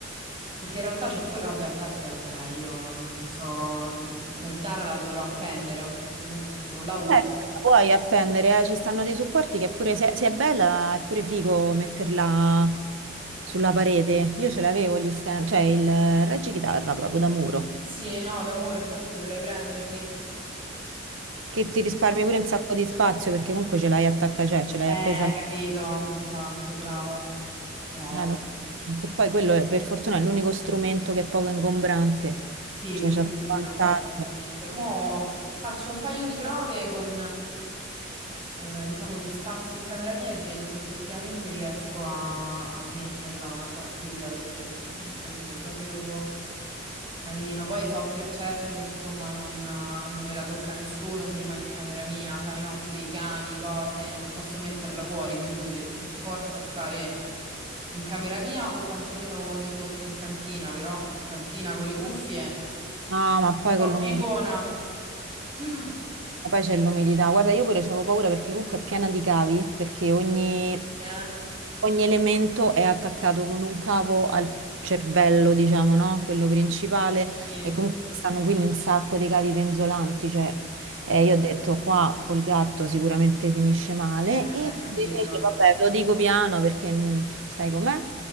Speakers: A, on the right; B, on the right.
A: Perché in realtà c'ho pure, vabbè, a parte, vabbè, io non so, la chitarra la dovrò appendere a un certo punto perché non la uso.
B: Eh, la puoi appendere, eh, Ci stanno dei supporti che pure se, se è bella è pure figo metterla sulla parete. Io ce l'avevo gli stand, cioè il reggichitarra proprio da muro,
A: Eh Sì, no, d'amore, infatti dovrei prenderli.
B: che ti risparmi pure un sacco di spazio perché comunque ce l'hai attacca, cioè ce l'hai
A: Eh,
B: appesa. al-
A: capito, esatto, brava, brava.
B: eh, lo- Che poi quello è- per fortuna è l'unico strumento che è poco ingombrante,
A: Sì,
B: cioè
A: per fortuna,
B: c'è il vantaggio.
A: guarda, veramente. Mo' faccio un paio di prove con, eh, eh, diciamo, gli spazi in camera mia e vedo se effettivamente riesco a, a metterla una batteria perché mm, sarebbe proprio... Carino, poi so per certo che insomma non, non me la tocca nessuno se rimane in camera mia, sai no, pure i cani, cose, non posso metterla fuori, quindi deve per forza stare in camera mia o quantomeno di sotto in cantina, però in cantina con le cuffie,
B: No, ma poi
A: un
B: con
A: po'
B: l'umidità.
A: fifona. <laughs>
B: Ma poi c'è l'umidità. Guarda, io pure avevo paura perché comunque è piena di cavi, perché ogni,
A: Eh,
B: ogni elemento è attaccato con un cavo al cervello, diciamo, no? Quello principale.
A: Sì.
B: E Mm. comunque ci stanno quindi un sacco di cavi penzolanti, cioè, eh, io ho detto qua col gatto sicuramente finisce male.
A: Eh,
B: Invece,
A: capito.
B: vabbè, lo dico piano perché mm, sai com'è,